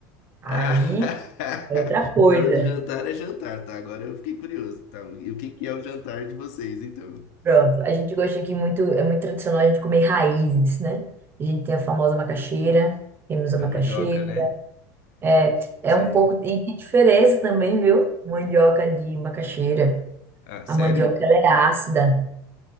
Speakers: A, on the right; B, on the left.
A: Aí
B: Ah, <laughs>
A: é outra coisa.
B: na hora do jantar é jantar, tá? Agora eu fiquei curioso, tá? E o que que é o jantar de vocês, então?
A: Pronto. A gente gosta aqui muito, é muito tradicional a gente comer raízes, né? A gente tem a famosa macaxeira, temos a
B: É
A: macaxeira.
B: mandioca, né?
A: É, é
B: Sei.
A: um pouco. E que diferença também, viu? Mandioca de macaxeira.
B: Ah,
A: A
B: sério?
A: mandioca ela é ácida,